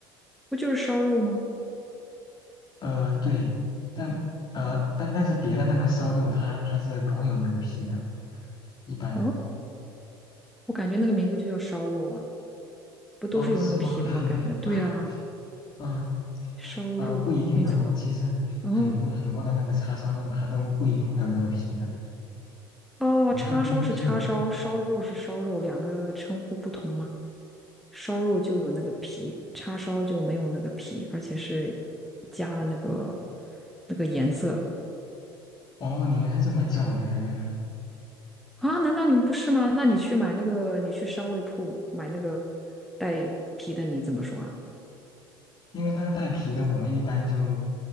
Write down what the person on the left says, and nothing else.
呃，对，但呃，但但是别的那个烧肉它它是不会有那个皮的，一般
啊，是吗？
<laughs> 嗯
呃，不一定的哦，其实很多很多的那个叉烧肉它都不一定会有那个皮的，
你们那边都是有。
哦，你们是这么叫的呀？原来，
因为那个带皮的，我们一般就